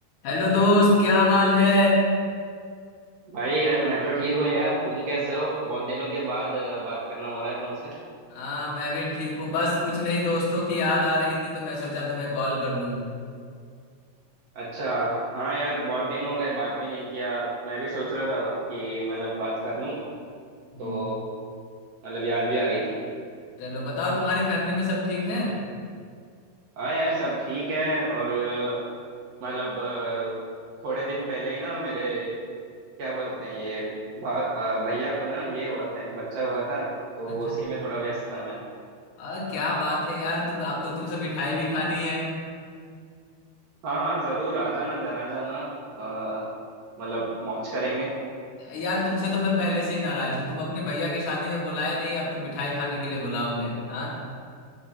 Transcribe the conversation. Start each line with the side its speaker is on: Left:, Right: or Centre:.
Left: हेलो दोस्त क्या हाल है
Right: भाई यार मैं तो ठीक हूँ यार तुम कैसे हो बहुत दिनों के बाद अ, बात करना हो रहा है तुमसे
Left: हाँ मैं भी ठीक हूँ बस कुछ नहीं दोस्तों की याद आ रही थी तो मैं सोचा तुम्हें कॉल कर लूँ
Right: अच्छा हाँ यार बहुत दिन हो गए बात भी नहीं किया मैं भी सोच रहा था कि मतलब बात कर लूँ
Left: हम्म,
Right: तो मतलब याद भी आ रही थी
Left: चलो बताओ तुम्हारे फैमिली में सब ठीक है
Right: हाँ यार सब ठीक है और अ, मतलब अ, थोड़े दिन पहले ही ना मेरे क्या बोलते हैं ये भा, अ, भैया को ना ये हुआ था एक बच्चा हुआ था तो
Left: अच्छा
Right: उसी में थोड़ा व्यस्त था मैं
Left: आ, क्या बात है यार तुम अब तो तुमसे मिठाई भी खानी है
Right: हाँ हाँ जरूर आ जाना घर आ जाना अ, मतलब मौज करेंगे
Left: यार तुमसे तो मैं पहले से ही नाराज हूँ तुम अपने भैया की शादी में बुलाए नहीं अब तुम मिठाई खाने के लिए बुलाओगे हाँ